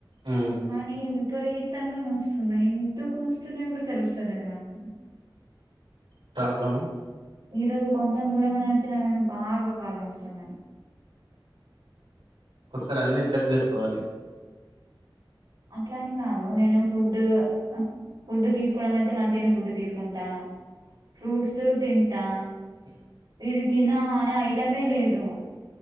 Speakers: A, on the right; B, on the right.
A: ఉమ్
B: కానీ విపరీతంగా నూస్తున్నాయి ఎందుకు నొస్తున్నాయో కూడా తెలుస్తలేదు నాకు
A: ప్ర్రాబ్లమా
B: ఈ రోజు కొంచెం దూరమే నడిచినా కానీ బాగా కాలు నస్తున్నాయి
A: ఒకసారి అన్నీ చెక్ చేసుకోవాలి
B: అట్లనీ కాదు నేను ఫుడ్ ఫుడ్ తీసుకోవడం అయితే మంచిగనే ఫుడ్ తీసుకుంటా ఫ్రూట్స్ తింటా
A: ఉమ్
B: ఇది తిన అనే ఐటమే లేదు